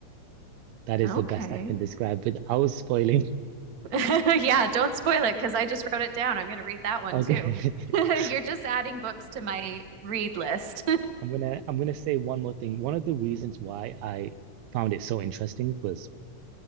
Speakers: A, on the right; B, on the right.
A: That is
B: Okay.
A: the best I can describe without spoiling.
B: <laughs> Yeah, don't spoil it because I just wrote it down. I'm going to read that one
A: Okay.
B: too. <laughs> You're
A: <laughs>
B: just adding books to my read list.
A: I'm gonna I'm gonna say one more thing. One of the reasons why I found it so interesting was